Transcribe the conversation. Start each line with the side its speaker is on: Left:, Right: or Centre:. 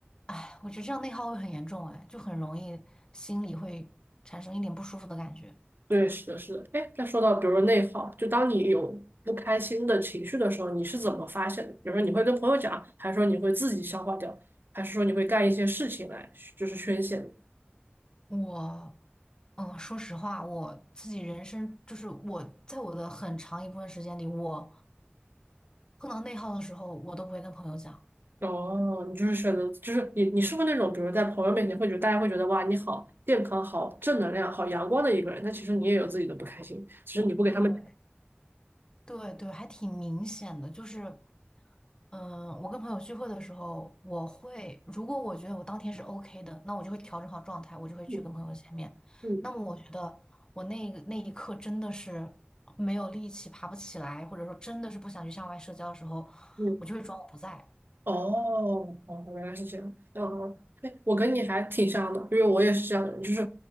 Left: 哎，我觉得这样内耗会很严重，哎，就很容易心里会产生一点不舒服的感觉。
Right: 对，是的，是的。哎，再说到比如说内耗，就当你有不开心的情绪的时候，你是怎么发现的？比如说你会跟朋友讲，还是说你会自己消化掉，还是说你会干一些事情来就是宣泄呢
Left: 我，嗯，说实话，我自己人生就是我在我的很长一部分时间里，我碰到内耗的时候，我都不会跟朋友讲。
Right: 哦，你就是选择，就是你你是不是那种，比如在朋友面前会觉得大家会觉得哇你好健康、好正能量、好阳光的一个人，但其实你也有自己的不开心，其实你不给他们
Left: 对对对，还挺明显的，就是。嗯，我跟朋友聚会的时候，我会如果我觉得我当天是 OK 的，那我就会调整好状态，我就会去跟朋友见面。
Right: 嗯嗯
Left: 那么我觉得我那个那一刻真的是没有力气，爬不起来，或者说真的是不想去向外社交的时候，
Right: 嗯。
Left: 我就会装我不在。
Right: 哦，哦，原来是这样。嗯，对，我跟你还挺像的，因为我也是这样的人就是